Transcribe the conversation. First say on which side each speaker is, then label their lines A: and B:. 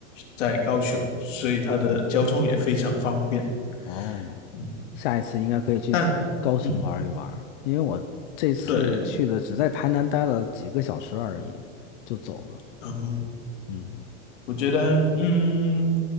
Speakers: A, on the left; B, on the left.
A: 在高雄，所以它的交通也非常方便。
B: 哦，
A: 嗯
B: 下一次应该可以去高雄玩一玩，
A: 但嗯，
B: 因为我这次去的只在台南待了几个小时而已，
A: 对，
B: 就走了。
A: 嗯，
B: 嗯，
A: 我觉得，嗯，